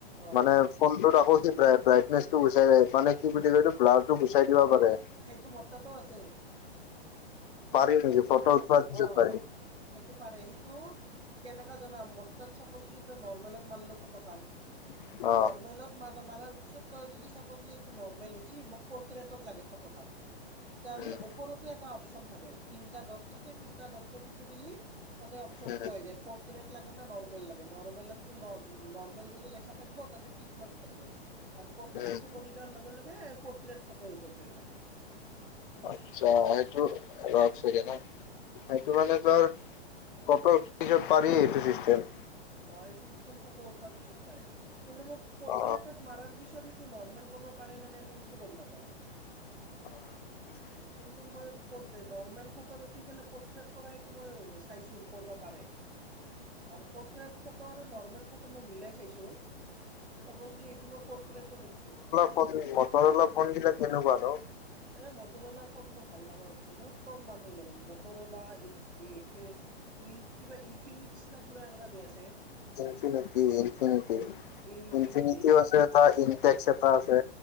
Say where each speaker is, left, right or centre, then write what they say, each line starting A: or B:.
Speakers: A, on the right; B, on the left.
A: অ
B: মানে ফোনটোত আকৌ সি ব্ৰাইটনেচ টো গুচাই মানে কি কয় এইটো ব্লাৰটো গুচাই দিব পাৰে।
A: সেইটো মোৰতাতো আছে।
B: পাৰি নেকি
A: সেইটো
B: ফটো উঠোৱাৰ পিছত
A: অহ'
B: পাৰি
A: অহ' সেইটো পাৰে সেইটো কেনেকা জনাম মোৰ তাত চাপ'ছ তাত নৰ্মেলত মাৰলো ফটো খান।
B: অ
A: নৰ্মেলত মানুহ মাৰাৰ পিছত তই যদি চাবছলি এইটো নৰ্মেল হৈছি মোক পৰ্ট্ৰেইটত লাগে ফটোখন। তেতিয়া হ'লে
B: উম
A: ওপৰতে এটা অপচন থাকে তিনিটা থাকে তিনিটা দত্ত টিপি দিলি তাতে অপচনটো
B: উম
A: আহি যায।, পত ট্ৰেইত লাগে না নৰ্মেল লাগে নৰ্মেলতো নৰ-নৰ্মেল বুলি লিখা থাকিব তাত। পিক মাৰ্ক থাকব আৰু পট্ৰেইত
B: উম
A: কৰি দিয়াৰ লগে লগে পট্ৰেইত ফটো হৈ যাব সেই খান।
B: আচ্ছা সেটো ৰ' এক ছেকণ্ড -সেইটো মানে তোৰ ফটো উঠিব পাৰি এইটো চিষ্টেম।
A: অহ' সেইটো চিষ্টেম ফটো উঠোৱাৰ পিছত পাৰে। কিন্তু মোৰ পট্ৰেইতৰ
B: অ
A: মাৰাৰ পিছত সেইটো নৰ্মেল ক'ব পাৰে নে নাই? মই সেইটো গম নাপাওঁ।
B: অ'।
A: কিন্তু মই <unintelligible> নৰ্মেল ফটোত উঠি পেলাই পট্ৰেইত কৰা সেইটো মই চাইছো কৰিব পাৰে। আৰু পট্ৰেইত ফটো আৰু নৰ্মেল ফটো মই মিলাই চাইছো। চাপছলি এইটো মই পট্ৰেইতত উঠছো।
B: মটৰ'লা ফোন বিলাক কেনেকুৱা নো?
A: এ মটৰ'লা ফোন মই ভাল নাপাওঁ, বহুত ক'ম মানুহ লয়, মটৰ'লা ই এ ই ই কিবা ইনফিনিক্স না কিবা এনেকুৱা যে আছে?
B: ইনফিনিটি ইনফিনিটি
A: ইনফিনিটি
B: ইনফিনিটিও আছে এটা ইনটেক্স এটা আছে।